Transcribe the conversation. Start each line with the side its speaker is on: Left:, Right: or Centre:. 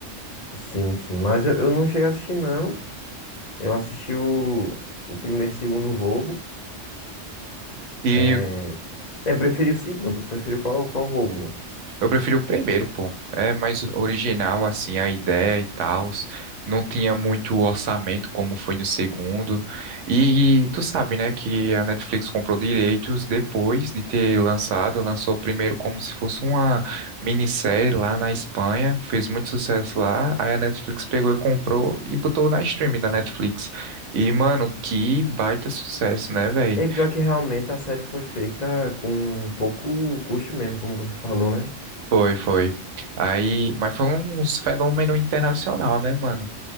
Left: sim, sim. Mas eu, eu não cheguei a assistir, não. Eu assisti o, o primeiro e segundo roubo.
Right: E
Left: É, eu preferi o segundo. Eu preferi o qual, qual roubo, mano.
Right: Eu preferi o primeiro, pô. É mais original, assim, a ideia e tal. Não tinha muito orçamento como foi no segundo. E tu sabe, né, que a Netflix comprou direitos depois de ter lançado. Lançou primeiro como se fosse uma minissérie lá na Espanha. Fez muito sucesso lá. Aí a Netflix pegou e comprou e botou na stream da Netflix. E, mano, que baita sucesso, né, velho?
Left: E pior que realmente a série foi feita com pouco custo mesmo, como você falou, né?
Right: Foi, foi. Aí, mas foi um fenômeno internacional, né, mano?